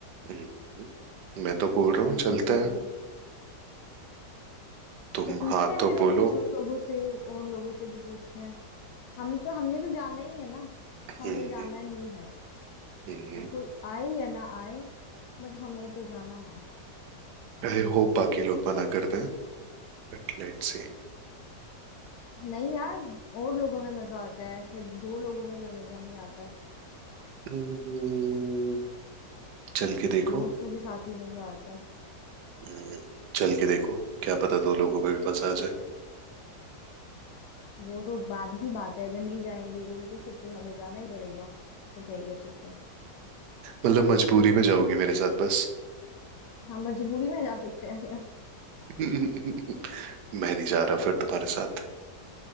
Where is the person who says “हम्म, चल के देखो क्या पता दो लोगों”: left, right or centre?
Right